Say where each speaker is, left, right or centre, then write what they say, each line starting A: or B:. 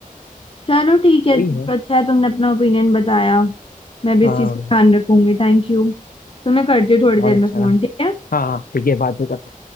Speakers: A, on the left (about 40°); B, on the left (about 85°).
A: चलो ठीक है
B: वही है
A: अच्छा है तुमने अपना ओपिनियन बताया मैं भी
B: हाँ
A: इस चीज का ध्यान रखूंगी Thank you तो मैं करती हूँ थोड़ी
B: बहुत
A: देर में
B: अच्छा
A: फोन
B: रहा
A: ठीक है
B: हाँ हाँ ठीक है बात तो कर